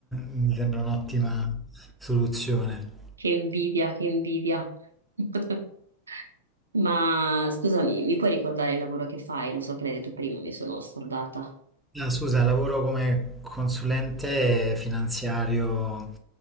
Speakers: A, in the centre; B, on the right.
A: mi sembra un'ottima soluzione.
B: Che invidia, che invidia. <laughs> Ma scusami, mi puoi ricordare il lavoro che fai? Lo so che l'hai detto prima, mi sono scordata.
A: Ah, Scusa, lavoro come consulente finanziario